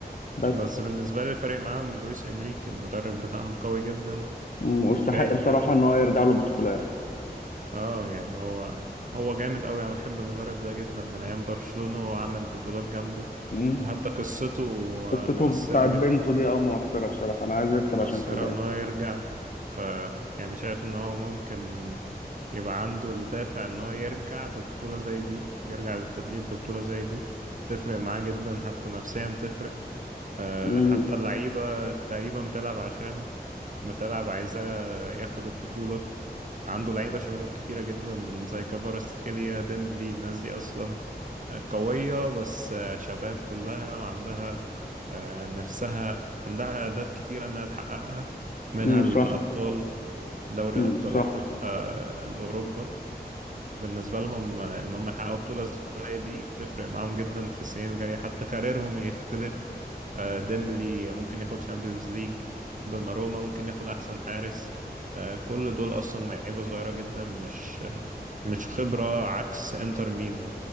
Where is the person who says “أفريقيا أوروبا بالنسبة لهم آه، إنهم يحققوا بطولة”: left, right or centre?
Right